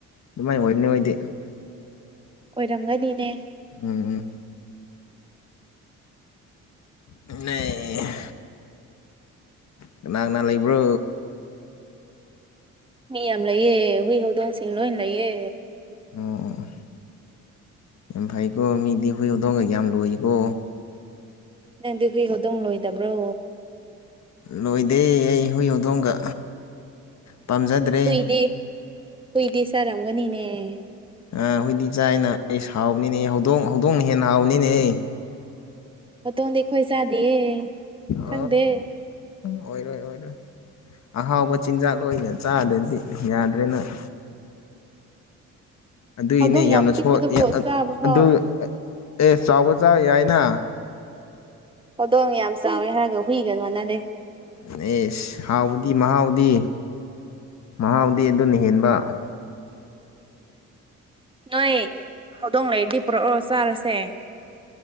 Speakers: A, on the left; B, on the right.
A: ꯑꯗꯨꯃꯥꯏ ꯑꯣꯏꯕꯅꯦ ꯑꯣꯏꯗꯤ
B: ꯑꯣꯏꯔꯝꯒꯅꯤꯅꯦ
A: ꯎꯝ ꯎꯝ ꯍꯥ ꯅꯦ ꯍꯥ ꯀꯅꯥ ꯀꯅꯥ ꯂꯩꯕ꯭ꯔꯣ
B: ꯃꯤ ꯌꯥꯝ ꯂꯩꯌꯦ ꯍꯨꯏ ꯍꯧꯗꯣꯡꯁꯤꯡ ꯂꯣꯏ ꯂꯩꯌꯦ
A: ꯑꯣꯑꯣ ꯌꯥꯝ ꯐꯩꯀꯣ ꯃꯤꯗꯤ ꯍꯨꯏ ꯑꯣꯗꯣꯡꯒ ꯌꯥꯝ ꯂꯣꯏꯀꯣ
B: ꯅꯪꯗꯤ ꯍꯨꯏ ꯍꯧꯗꯣꯡ ꯂꯣꯏꯗꯕ꯭ꯔꯣ
A: ꯂꯣꯏꯗꯦ ꯑꯩ ꯍꯨꯏ ꯍꯧꯗꯣꯡꯒ ꯄꯥꯝꯖꯗ꯭ꯔꯦ
B: ꯍꯨꯏꯗꯤ ꯍꯨꯏꯗꯤ ꯆꯥꯔꯝꯒꯅꯤꯅꯦ
A: ꯑꯥ ꯍꯨꯏꯗꯤ ꯆꯥꯏꯅ ꯑꯁ ꯍꯥꯎꯕꯅꯤꯅꯦ ꯍꯧꯗꯣꯡ ꯍꯧꯗꯣꯡꯅ ꯍꯦꯟꯅ ꯍꯥꯎꯕꯅꯤꯅꯦꯍꯦ
B: ꯍꯧꯗꯣꯡꯗꯤ ꯑꯩꯈꯣꯏ ꯆꯥꯗꯤꯌꯦ
A: ꯑꯣ
B: ꯈꯪꯗꯦ
A: ꯑꯣꯏꯔꯣꯏ ꯑꯣꯏꯔꯣꯏ ꯑꯍꯥꯎꯕ ꯆꯤꯟꯖꯥꯛ ꯂꯣꯏꯅ ꯆꯥꯗ꯭ꯔꯗꯤ ꯌꯥꯗ꯭ꯔꯦ ꯅꯪ ꯑꯗꯨꯏꯒꯤꯅꯦ
B: ꯍꯧꯗꯣꯡ ꯌꯥꯝ
A: ꯌꯥꯝꯅ
B: ꯄꯤꯛꯄꯗꯨꯕꯨ
A: ꯁꯣꯏ ꯑꯦ
B: ꯆꯥꯕ ꯐꯥꯎ
A: ꯑꯗꯨ ꯑꯦ ꯆꯥꯎꯕ ꯆꯥ ꯌꯥꯏꯅ
B: ꯍꯧꯗꯣꯡ ꯌꯥꯝ ꯆꯥꯎꯋꯦ ꯍꯥꯏꯔꯒ ꯍꯨꯏꯒ ꯃꯥꯟꯅꯗꯦ
A: ꯑꯦꯁ ꯍꯥꯎꯕꯗꯤ ꯃꯍꯥꯎ ꯗꯤ ꯃꯍꯥꯎꯗꯤ ꯑꯗꯨꯅ ꯍꯦꯟꯕ
B: ꯅꯣꯏ ꯍꯧꯗꯣꯡ ꯂꯩꯔꯗꯤ ꯄꯨꯔꯛꯑꯣ ꯆꯥꯔꯁꯦ